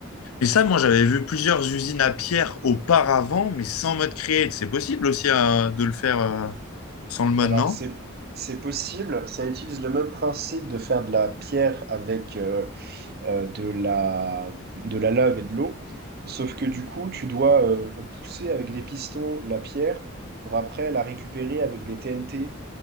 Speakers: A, on the left; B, on the right.
A: Mais ça, moi, j'avais vu plusieurs usines à pierre auparavant, mais sans mode create. C'est possible aussi euh, de le faire euh, sans le mode,
B: Alors
A: non?
B: c'est c'est possible, ça utilise le même principe de faire de la pierre avec euh, euh, de la de la lave et de l'eau, sauf que du coup tu dois euh, pousser avec des pistons la pierre pour après la récupérer avec des TNT.